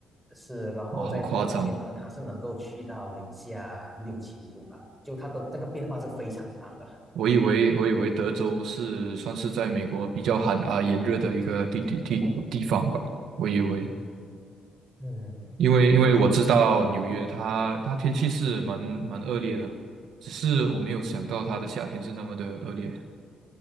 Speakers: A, in the centre; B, on the right (about 75°).
A: 是，然后在冬天呢它是能够去到零下六七度吧，
B: 哇，好夸张！
A: 就它的那个变化是非常大的，
B: 我以为我以为德州是算是在美国比较寒啊炎热的一个地地地地方吧，我以为。
A: 嗯，
B: 因为因为我知道纽约它它天气是蛮蛮恶劣的，
A: 所以这个就。
B: 只是我没有想到它的夏天是那么的恶劣